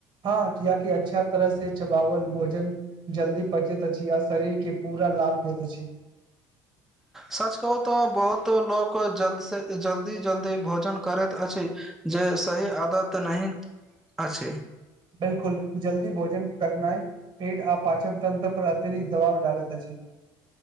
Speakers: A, on the right; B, in the centre.
A: हँ कियाकि अच्छा तरह से चबाओल भोजन। जल्दी पचैत अछि आ शरीरके पूरा लाभ देैत अछि। <inaudible>
B: सच कहू तऽ बहुत लोक जल्द से जल्दी- जल्दी भोजन करैत अछि। जे सही आदत नहि अछि।
A: बिल्कुल जल्दी भोजन करनाइ। पेट आ पचनतंत्र पर अतिरिक्त दबाव डालैत अछि।